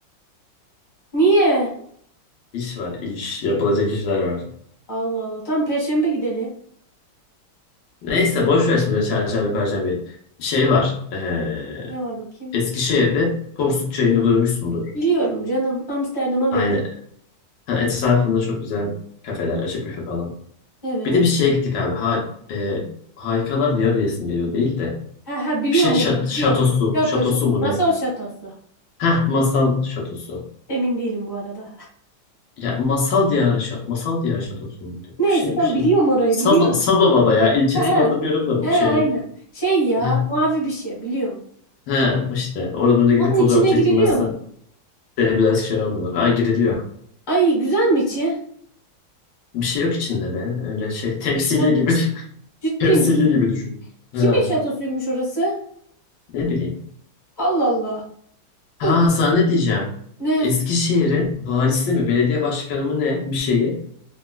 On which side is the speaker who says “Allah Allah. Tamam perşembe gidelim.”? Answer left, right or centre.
Left